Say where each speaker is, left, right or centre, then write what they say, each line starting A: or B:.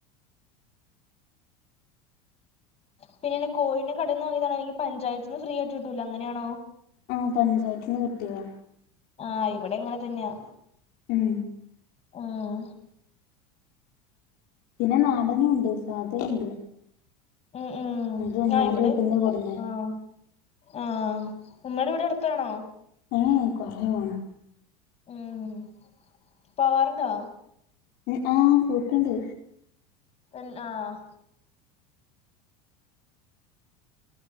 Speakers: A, on the left; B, on the left.
A: പിന്നെ എന്നന്ന കോയിന കടേന്നുവാങ്ങിയതാണോ പഞ്ചായത്ത് നിന്ന് ഫ്രീ ആയി്ട്ട് കിട്ടൂല അങ്ങനാണോ
B: ആഹ് പഞ്ചായത്തിന്ന് കിട്ടിയതാ
A: ആഹ് ഇവിടെ എങ്ങനെ തന്നെയാ
B: ഉം
A: ഉം
B: പിന്നെ നാടനുണ്ട് സാധയുണ്ട്
A: ഉം ഉം
B: അത് ഉമ്മാന്റെ
A: ആഹ് ഇവിടെ
B: വീട്ടിന്ന് കൊടുന്നെ
A: ആഹ് ആഹ് ഉമ്മേട വീട് അടുത്താണോ
B: ഉം കുറേ പോണം
A: ഉം പോവാറുണ്ടോ
B: ഉം ആഹ് പോയിട്ടുണ്ട്
A: പിന്നാ ആഹ്